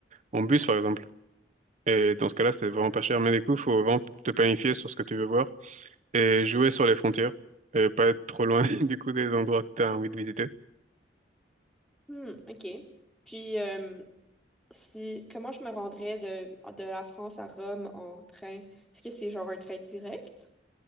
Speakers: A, on the right; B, in the centre.
A: en bus par exemple. Et dans ce cas-là, c'est vraiment pas cher, mais du coup, faut vraiment te planifier sur ce que tu veux voir et jouer sur les frontières et pas être trop loin <laughs> du coup des endroits que t'as envie de visiter.
B: Hmm, OK. Puis, euh, si, comment je me rendrais de, de la France à Rome en train? Est-ce que c'est genre un train direct?